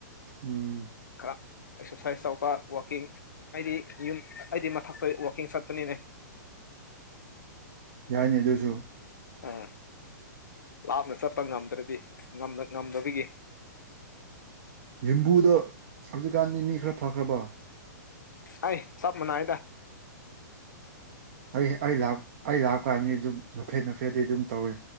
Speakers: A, on the right; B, on the left.
A: ꯎꯝ
B: ꯈꯔ ꯑꯦꯛꯁꯔꯁꯥꯏꯁ ꯇꯧꯕ ꯋꯥꯋꯥꯛꯀꯤꯡ ꯑꯩꯗꯤ ꯌꯨꯝ ꯑꯩꯗꯤ ꯃꯊꯛꯇ ꯋꯥꯛꯀꯤꯡ ꯆꯠꯄꯅꯤꯅꯦ
A: ꯌꯥꯏꯅꯦꯗꯁꯨ
B: ꯑꯥ ꯂꯥꯞꯅ ꯆꯠꯄ ꯉꯝꯗ꯭ꯔꯗꯤ ꯉꯝꯗꯕꯒꯤ
A: ꯝꯕꯨꯗ ꯍꯧꯖꯤꯛꯀꯥꯟꯗꯤ ꯃꯤ ꯈꯔ ꯐꯈ꯭ꯔꯕ
B: ꯑꯩꯥꯏ ꯆꯞ ꯃꯅꯥ ꯍꯥꯏꯗ
A: ꯑꯩ ꯑꯩ ꯂ ꯑꯩ ꯂꯥꯄꯀꯥꯟꯗ ꯑꯗꯨꯝ ꯅꯐꯦꯠ ꯅꯐꯦꯠꯗꯤ ꯑꯗꯨꯝ ꯇꯧꯏ